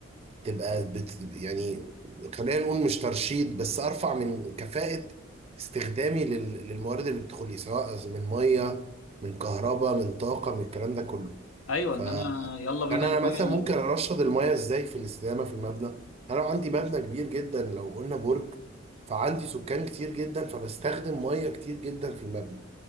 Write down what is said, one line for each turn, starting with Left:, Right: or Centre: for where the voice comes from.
Right: تبقى بت يعني خلينا نقول مش ترشيد بس أرفع من كفاءة استخدامي لل- للموارد اللي بتدخل لي سواء من مية من كهرباء من طاقة من الكلام ده كله
Left: ايوه
Right: فكان
Left: ان انا يلا بينا
Right: أنا
Left: المية
Right: مثلا
Left: اللي...
Right: ممكن أرشد المية إزاي في الاستدامة في المبنى أنا لو عندي مبنى كبير جدا لو قلنا برج فعندي سكان كتير جدا فبستخدم مية كتير جدا في المبنى